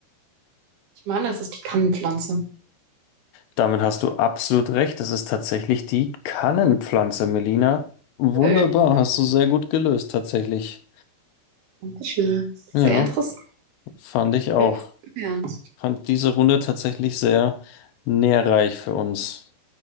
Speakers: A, on the right; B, on the left.
A: Ich meine, das ist die Kannenpflanze.
B: Damit hast du absolut recht. Das ist tatsächlich die Kannenpflanze, Melina. Wunderbar,
A: Cool.
B: hast du sehr gut gelöst, tatsächlich.
A: Dankeschön. Sehr
B: Ja,
A: interessant.
B: fand ich
A: Ja,
B: auch.
A: das gelernt.
B: Fand diese Runde tatsächlich sehr nährreich für uns.